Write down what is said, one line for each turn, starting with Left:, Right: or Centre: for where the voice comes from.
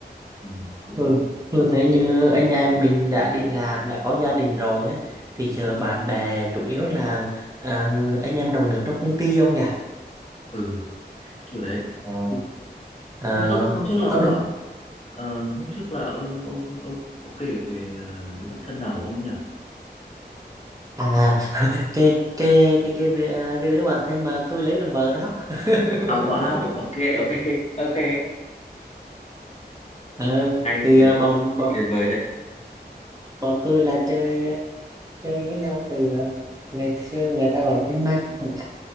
Left: ừ, cũng
Right: Tôi,
Left: vui
Right: tôi thấy như anh em mình đã đi làm, đã có gia đình rồi á, thì giờ bạn bè chủ yếu là à, ng- anh em đồng nghiệp trong công ty không nhỉ?
Left: ừ kiểu đấy
Right: Ờ, Ờ,
Left: hôm trước hôm trước là ông
Right: có đứa-
Left: bảo ờ, hôm trước là ông ông ông có kể về ờ, đứa bạn thân nào của ông nhỉ
Right: à, cái cái cái cái đứa- cái đứa bạn thân mà tôi lấy làm vợ đó. <laughs>
Left: à wow ok ok <laughs> ok
Right: Ờ,
Left: hay
Right: thì
Left: thế
Right: à,
Left: thì
Right: bọn bọn
Left: tuyệt vời đấy
Right: bọn tôi là chơi à, chơi với nhau từ à, ngày xưa người ta gọi là thanh mai trúc mã